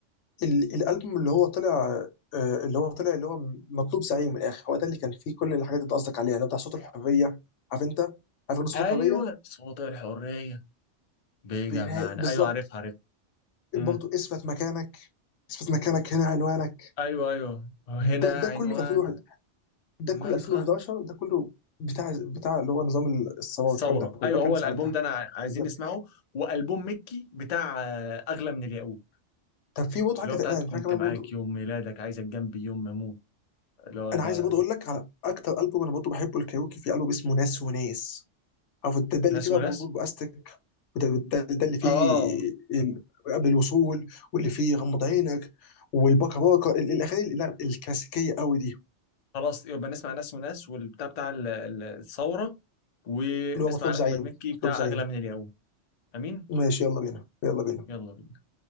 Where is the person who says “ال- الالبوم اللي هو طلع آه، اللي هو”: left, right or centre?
Left